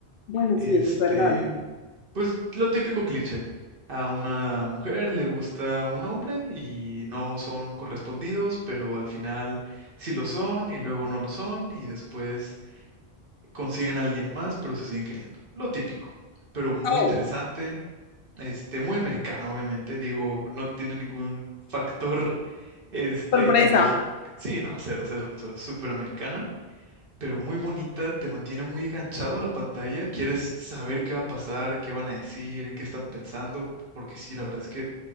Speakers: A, on the left; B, on the right.
A: Bueno,
B: Este.
A: sí, eso es verdad, ¿no?
B: Pues lo típico cliché. A una mujer le gusta un hombre y no son correspondidos, pero al final sí lo son y luego no lo son y después consiguen a alguien más, pero se siguen queriendo. Lo típico, pero muy
A: Oh,
B: interesante, este, muy americano, obviamente. Digo, no tiene ningún factor, <laughs> este,
A: Sorpresa.
B: ni México. Sí, no, cero, cero, cero, súper americana pero muy bonita, te mantiene muy enganchado a la pantalla, quieres saber qué va a pasar, qué van a decir, en qué están pensando, porque sí, la verdad es que